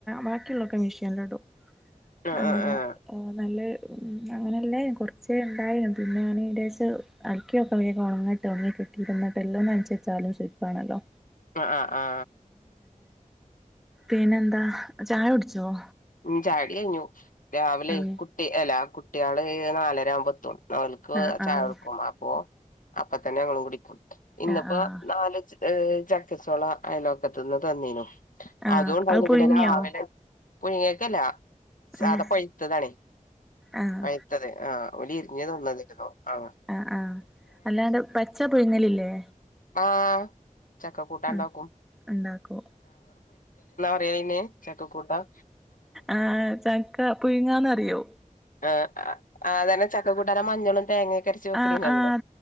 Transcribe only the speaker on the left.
ആഹ്
ആഹ്
ആ ആ ആ
ഉം ചായുടി കഴിഞ്ഞു രാവിലെ
കുട്ടി അല്ല കുട്ടികള് നാലര ആവുബോ എത്തും നോൽക്ക്
ചായ എടുക്കും അപ്പോ അപ്പൊ തന്നെ ഞങ്ങളും കുടിക്കും ഇന്നിപ്പോ
നാല് ഏ ചക്കച്ചോള അയലോക്കത്ത് നിന്ന് തന്നീനു
അതും ഉണ്ടായിനി
പിന്നെ രാവിലെ പുഴുങ്ങിയേക്കല്ല സാത
പഴുത്തതാണേ
പഴുത്തത് ആ ഒല് ഇരിഞ് തന്നതെന്നു ആ
ആ ചക്ക കൂട്ടാൻ
ഉണ്ടാക്കും
<unintelligible> പിന്നെ ചക്കക്കൂട്ടാൻ
ആ ആ അതെന്നെ ചക്കക്കൂട്ടാൻ മഞ്ഞളും തേങ്ങ ചക്കരച്ച വെക്കണീന്നല്ലോ